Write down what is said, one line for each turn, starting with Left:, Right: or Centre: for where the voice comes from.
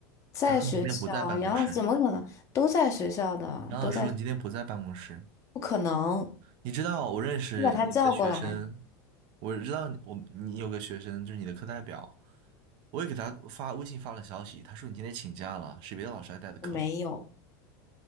Left: 在学校啊，
Right: 他说你今天不在办公室，
Left: 杨老师怎么可能都在学校的，
Right: 杨老师说你今天不在办公室。
Left: 都在，不可能，
Right: 你知道我认识你们的学生，
Left: 你把他叫过来，
Right: 我知道你我你有个学生就是你的课代表，我也给他发微信发了消息，他说你今天请假了，是别的老师来带的课，
Left: 我没有，